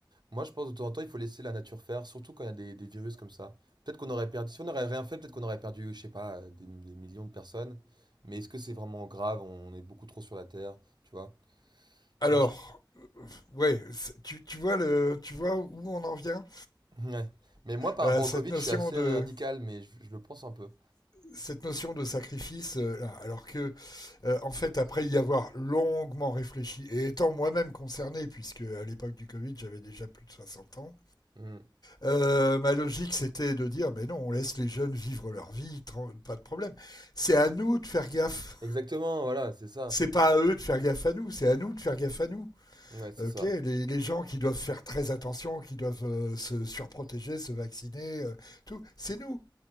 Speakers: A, on the right; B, on the left.
A: Moi, je pense que de temps en temps, il faut laisser la nature faire, surtout quand il y a des, des virus comme ça. Peut-être qu'on aurait perdu, si on n'aurait rien fait, peut-être qu'on aurait perdu, je sais pas, euh, des, des millions de personnes. Mais est-ce que c'est vraiment grave? On est beaucoup trop sur la Terre, tu vois?
B: Alors,
A: Moi, je...
B: ouais, tu, tu vois le, tu vois où on en vient
A: <laughs> Ouais. Mais moi, par
B: Euh,
A: rapport au
B: cette
A: Covid,
B: notion
A: je suis assez
B: de
A: radical, mais je, je le pense un peu.
B: cette notion de sacrifice. euh, alors que, euh, en fait, après y avoir longuement réfléchi et étant moi-même concerné, puisque à l'époque du Covid, j'avais déjà plus de 60 ans.
A: Mm.
B: Euh, ma logique, c'était de dire, mais non, on laisse les jeunes vivre leur vie, pas de problème. C'est à nous de faire gaffe.
A: Exactement, voilà, c'est ça.
B: C'est pas à eux de faire gaffe à nous, c'est à nous de faire gaffe à nous.
A: Ouais, c'est
B: Ok,
A: ça.
B: les, les gens qui doivent faire très attention, qui doivent euh, se surprotéger, se vacciner, euh, tout, c'est nous.